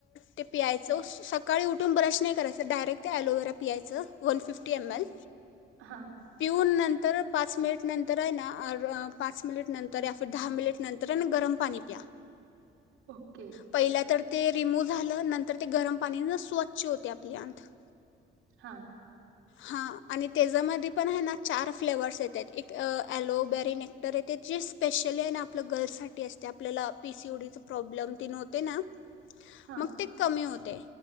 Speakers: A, on the left; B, on the right.
A: ते पियाचच सकाळी उठून ब्रश नाही करायचं डायरेक्ट ॲलोवेरा पियायचं. वन फिफ्टी एम
B: ओ-
A: एल
B: हा
A: पिऊन नंत दर पाच मिनिट नंतर आहे ना, पाच मिनिट नंतर या फिर दहा मिनिट नंतर आहे ना गरम पाणी प्या
B: ओके
A: पहिला तर ते रिमूव्ह झालं नंतर ते गरम आणि न स्वच्छ होते आपले अंत त
B: हा
A: हा आणि तेज्यामध्ये पण आहे ना चार फ्लेवर्स येतात, एक अलोबेरन क्टर येत जे स्पेशली आहे ना आपलं गर्ल्स साठी असते. आपल्याला पीसीओडी च प्रॉब्लेम तेन होतो ना
B: हा
A: मग ते कमी होत. हे.